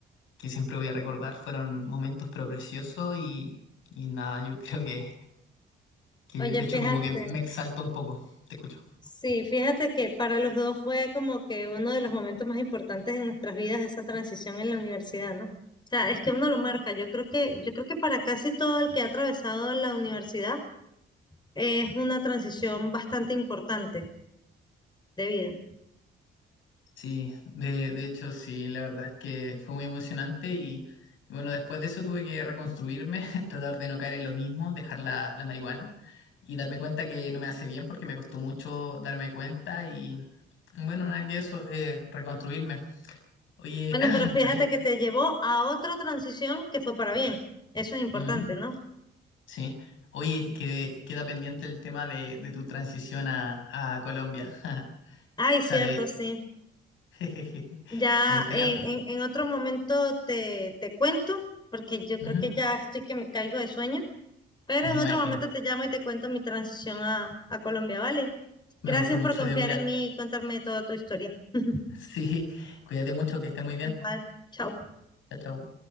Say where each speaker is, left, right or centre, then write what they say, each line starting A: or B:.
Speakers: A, on the left; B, on the left.
A: que siempre voy a recordar. Fueron momentos pero preciosos y, y nada, yo <laughs> creo que, que
B: Oye,
A: de hecho
B: fíjate,
A: como que me exalta un poco. Te escucho.
B: sí, fíjate que para los dos fue como que uno de los momentos más importantes en nuestras vidas esa transición en la universidad, ¿no? O sea, es que uno lo marca. Yo creo que, yo creo que para casi todo el que ha atravesado la universidad es una transición bastante importante. de vida.
A: Sí, de, de hecho sí, la verdad es que fue muy emocionante y, y bueno, después de eso tuve que reconstruirme, <laughs> tratar de no caer en lo mismo, dejar la, la marihuana y darme cuenta que no me hace bien porque me costó mucho darme cuenta y bueno, nada que eso, eh, reconstruirme. Oye,
B: Bueno,
A: <clears throat>
B: pero fíjate
A: ¿sabéis?
B: que te llevó a otra transición que fue para bien. Eso es importante,
A: Ujú,
B: ¿no?
A: sí. Oye, que, queda pendiente el tema de, de tu transición a, a Colombia. <laughs>
B: Ay,
A: O
B: cierto,
A: sea, de...
B: sí.
A: <laughs>
B: Ya
A: Me gustaría...
B: en, en, en otro momento te, te cuento, porque yo creo
A: ujú,
B: que ya estoy que me caigo de sueño, pero
A: me
B: en
A: imagino.
B: otro momento te llamo y te cuento mi transición a, a Colombia, ¿vale? Gracias
A: Me gustó mucho,
B: por confiar
A: Dios, mira.
B: en mí y contarme toda tu historia. <laughs>
A: <laughs> Sí, cuídate mucho, que estés muy bien.
B: Igual, chao.
A: Chao, chao.